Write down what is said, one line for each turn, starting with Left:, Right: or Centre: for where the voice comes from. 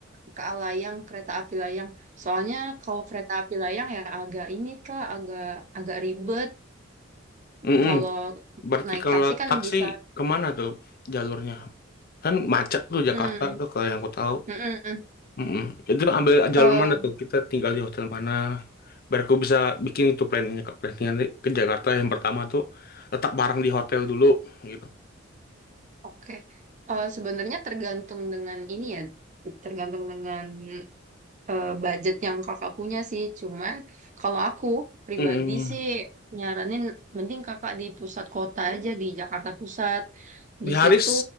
Right: ke Alayang, kereta api layang. Soalnya kalau kereta api layang ya agak ini kak, agak agak ribet.
Left: Mm
Right: Kalau
Left: Berarti
Right: naik
Left: kalau
Right: taksi kan
Left: taksi
Right: bisa,
Left: kemana tuh jalurnya? Kan macet tuh Jakarta
Right: hmm,
Left: tuh kalau yang aku tahu.
Right: mm, mm, mm.
Left: Mm-mm. Itu ambil jalur
Right: Eh,
Left: mana tuh? Kita tinggal di hotel mana? Biar aku bisa bikin itu planningnya ke planningan ke Jakarta yang pertama tuh letak barang di hotel dulu gitu.
Right: Oke, Eh, sebenarnya tergantung dengan ini ya, tergantung dengan eh, budget yang kakak punya sih. Cuman kalau aku pribadi
Left: Mm-mm.
Right: sih nyaranin mending kakak di pusat kota aja di Jakarta Pusat.
Left: Di
Right: Di
Left: Haris,
Right: situ,